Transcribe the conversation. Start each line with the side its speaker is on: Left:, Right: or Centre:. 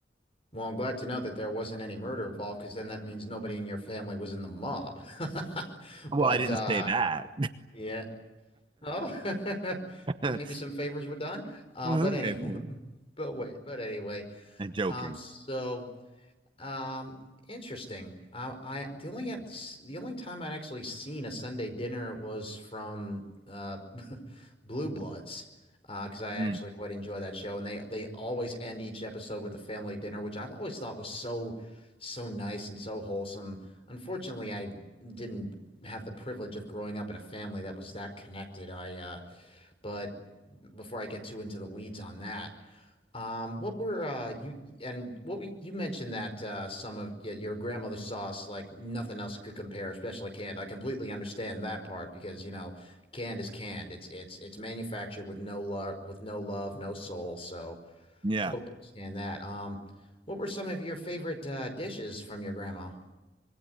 Left: Well, I'm glad to know that there wasn't any murder involved, because then that means nobody in your family was in the mob. <laughs>
Right: Well,
Left: But
Right: I didn't
Left: uh,
Right: say that.
Left: yeah. Oh, <laughs>
Right: <laughs>
Left: maybe some favors were done. Uh,
Right: Uh,
Left: but anyway,
Right: maybe.
Left: <laughs> but wait, but anyway.
Right: I'm joking.
Left: Um, so, um, interesting. Uh, I the only the only time I'd actually seen a Sunday dinner was from uh Blue Bloods, uh, because I actually
Right: Mm,
Left: quite enjoy that show, and they they always end each episode with a family dinner, which I've always thought was so so nice and so wholesome. Unfortunately, I didn't have the privilege of growing up in a family that was that connected. I uh, but before I get too into the weeds on that. Um, what were uh, you and what we you mentioned that uh, some of your grandmother's sauce like nothing else could compare, especially canned. I completely understand that part because you know canned is canned. It's it's it's manufactured with no love, with no love, no soul. So
Right: yeah.
Left: totally understand that. Um, what were some of your favorite uh, dishes from your grandma?